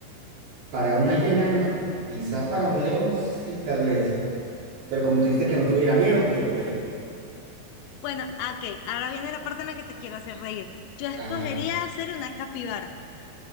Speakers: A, on the right; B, on the left.
A: Para una hiena no. Quizá para un león sí, tal vez. Pero como tú dijiste que no tuviera miedo, pues... pues,
B: Bueno, ah, ok, ahora viene la parte en la que te quiero hacer reír. Yo escogería
A: Ajá.
B: hacer una capibara.